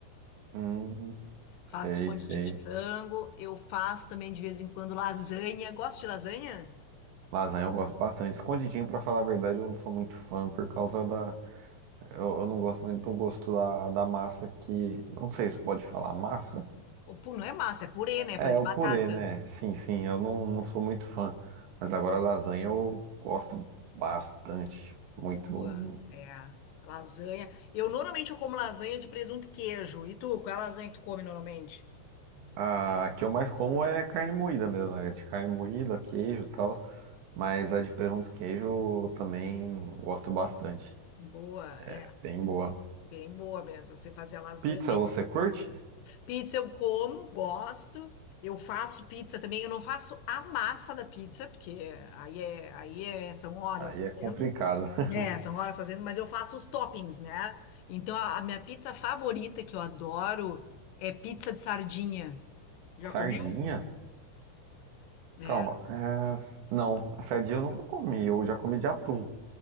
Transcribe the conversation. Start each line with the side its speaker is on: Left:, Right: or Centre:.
Right: Hum,
Left: Faço
Right: sei,
Left: escondidinho
Right: sei.
Left: de frango. Eu faço também de vez em quando lasanha. Gosto de lasanha?
Right: Lasanha eu gosto bastante. Escondidinho, pra falar a verdade, eu não sou muito fã por causa da. Eu, eu não gosto muito do gosto da, da massa que. Não sei se pode falar massa.
Left: O pu- Não é massa, é purê, né?
Right: É,
Left: Purê de
Right: o purê,
Left: batata.
Right: né? Sim, sim, eu não, não sou muito fã. Mas agora a lasanha eu gosto bastante.
Left: Boa.
Right: Muito.
Left: É, lasanha. Eu normalmente eu como lasanha de presunto e queijo. E tu, qual é a lasanha que tu come normalmente?
Right: A que eu mais como é carne moída mesmo, é de carne moída, queijo e tal. Mas a de presunto e queijo eu também gosto bastante.
Left: Boa,
Right: É
Left: é,
Right: Bem boa.
Left: bem boa mesmo. Você fazia lasanha.
Right: Pizza você curte?
Left: Pizza eu como, gosto. Eu faço pizza também. Eu não faço a massa da pizza, porque aí é, aí é, são horas
Right: Aí
Left: fazendo.
Right: é complicado. <laughs>
Left: É, são horas fazendo, mas eu faço os toppings, né? Então a, a minha pizza favorita que eu adoro é pizza de sardinha. Já
Right: Sardinha?
Left: comeu? É.
Right: Calma. é, Não, sardinha eu nunca comi. Eu já comi de atum.